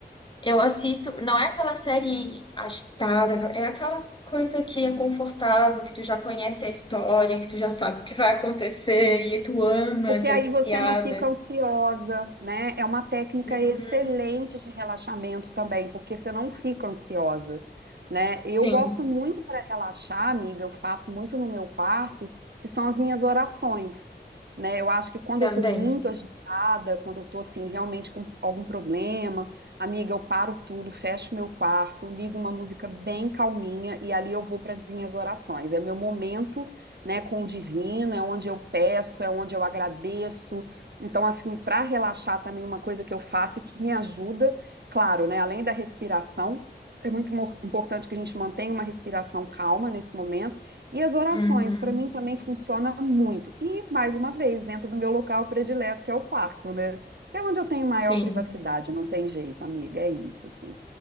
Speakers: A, on the left (about 25°); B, on the right (about 65°).
A: Eu assisto, não é aquela série agitada, é aquela coisa que é confortável, que tu já conhece a história, que tu já sabe o que vai acontecer, e tu ama,
B: Porque
A: tu
B: aí
A: é viciada.
B: você não fica ansiosa, né? É uma técnica
A: Uhum.
B: excelente de relaxamento também, porque você não fica ansiosa, né? Eu
A: Sim,
B: gosto muito para relaxar, amiga, eu faço muito no meu quarto, que são as minhas orações, né? Eu acho que quando
A: também.
B: eu estou muito agitada, quando eu estou assim realmente com algum problema, amiga, eu paro tudo, fecho meu quarto, ligo uma música bem calminha e ali eu vou para as minhas orações. É meu momento né, com o divino, é onde eu peço, é onde eu agradeço. Então, assim, para relaxar também uma coisa que eu faço e que me ajuda, claro, né, além da respiração, é muito mor- importante que a gente mantenha uma respiração calma nesse momento. E as orações,
A: Uhum.
B: para mim, também funciona muito. E, mais uma vez, dentro do meu local predileto, que é o quarto, né? Que é onde eu tenho
A: Sim.
B: maior privacidade, não tem jeito, amiga, é isso, assim.